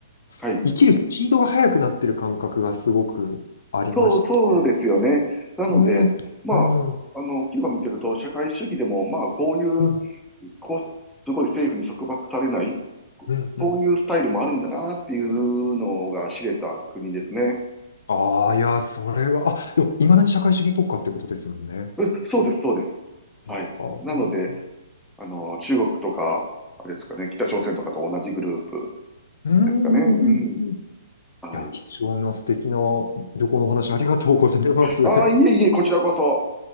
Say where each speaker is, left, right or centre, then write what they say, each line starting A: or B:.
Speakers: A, on the left; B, in the centre.
A: す生きるスピードが速くなってる感覚がすごくありまして。
B: はい。そう、そうですよね。なので、
A: ね、
B: まあ、
A: うん。
B: あの、キューバ見てると、社会主義でも、まあ、こういう
A: うん
B: こう、すごい政府に束縛されない、
A: うんうん。
B: そういうスタイルもあるんだなっていうのが知れた国ですね。
A: ああ、いや、それは、あ、でも、いまだに社会主義国家ってことですもんね。
B: うんそうです、そうです。はい。
A: ああ、
B: なので、
A: うん
B: あの、中国とか、あれですかね、北朝鮮とかと同じグループ
A: うんうんうん。
B: ですかね。うん。
A: い
B: はい。
A: や、貴重な素敵な旅行のお話ありがとうございます。
B: ああ、いえいえ、こちらこそ。